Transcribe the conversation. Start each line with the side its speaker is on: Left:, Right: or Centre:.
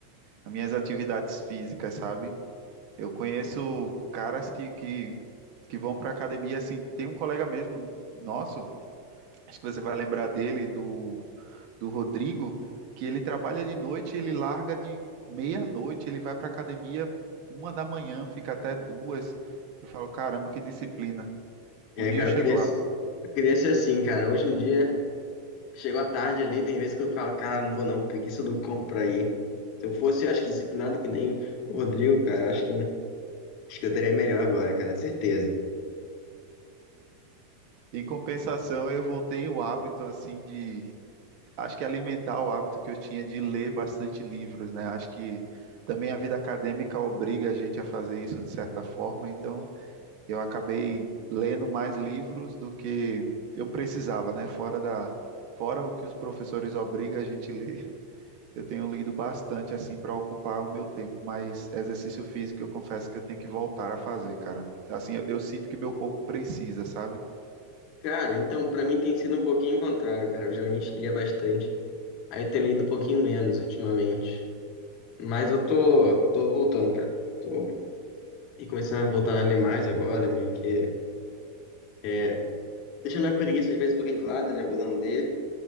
Right: às minhas atividades físicas, sabe? Eu conheço caras que, que, que vão para academia, assim, tem um colega mesmo nosso, acho que você vai lembrar dele, do, do Rodrigo, que ele trabalha de noite, ele larga de meia-noite, ele vai para academia uma da manhã, fica até duas. Eu falo, caramba, que disciplina.
Left: E
Right: Um
Left: aí,
Right: dia
Left: cara,
Right: eu chego
Left: eu queria
Right: lá.
Left: ser, eu queria ser assim, cara. Hoje em dia. Chegou à tarde ali, tem vezes que eu falo, cara, não vou não, preguiça do cão pra ir. Se eu fosse, acho que disciplinado que nem o Rodrigo, cara, eu acho que, acho que eu estaria melhor agora, cara, certeza.
Right: Em compensação, eu voltei o hábito assim de, acho que alimentar o hábito que eu tinha de ler bastante livros, né? Acho que também a vida acadêmica obriga a gente a fazer isso de certa forma, então eu acabei lendo mais livros do que eu precisava, né? Fora da, fora o que os professores obrigam a gente ler. <laughs> Eu tenho lido bastante assim para ocupar o meu tempo, mas exercício físico eu confesso que eu tenho que voltar a fazer, cara. Assim, eu eu sinto que meu corpo precisa, sabe?
Left: Cara, então, pra mim tem sido um pouquinho contrário, cara. Eu geralmente lia bastante, aí eu tenho lido um pouquinho menos ultimamente. Mas eu tô, tô voltando, cara. Tô e começando a voltar a ler mais agora, meio que é, deixando a preguiça às vezes um pouquinho de lado, né, voltando a ler.